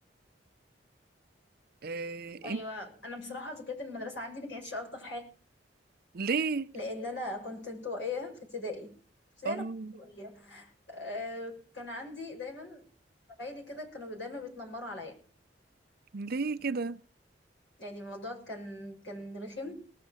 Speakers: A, on the right; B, on the left.
A: آه،
B: ايوه
A: إنت-
B: انا بصراحه ذكريات المدرسه عندي ما كانتش الطف حاجه
A: ليه
B: لان انا كنت انطوائيه في ابتدائي في ابتدائي
A: اه
B: انا كنت انطوائيه أه كان عندي دايما زمايلي كده كانوا دايما بيتنمروا عليا
A: ليه كده
B: يعني الموضوع كان كان رخم